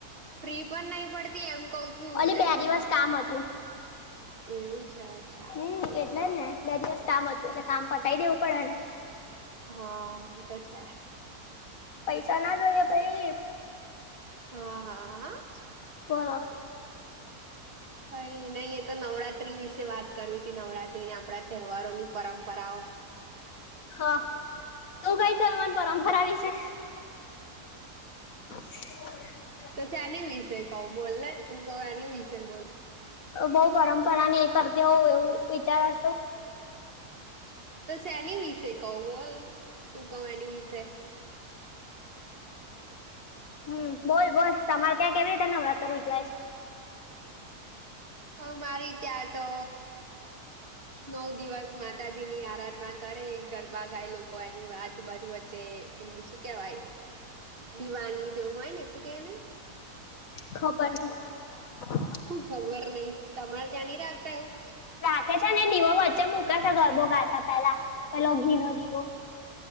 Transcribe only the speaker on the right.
ફ્રી પણ નહીં પડતી, એમ કવ છું.
તઈથી
એવું છે. અચ્છા
હા, એ તો છે.
હા, હા.
કઈ નય, એ તો નવરાત્રી વિશે વાત કરવી કે નવરાત્રી ને આપણા તહેવારોની પરંપરાઓ.
તો છે એની વિશે કવ બોલને, તું કહને, એની વિશે બોલ.
તો શેની વિશે કવ બોલ, તું કહ એની વિશે.
ટાઇટન ન હોવાથી મુકવામાં આવ્યો નથી
અમારી ત્યાં તો નવ દિવસ. માતાજી ની આરાધના કરે, ગરબા ગાય, લોકો એની આજુબાજુ શું કેવાય? દિવાની જેવું હોય ને, શું કેવાય ને?
હું ખબર નહિ તમારે ત્યાં નહ રાખતા એવું?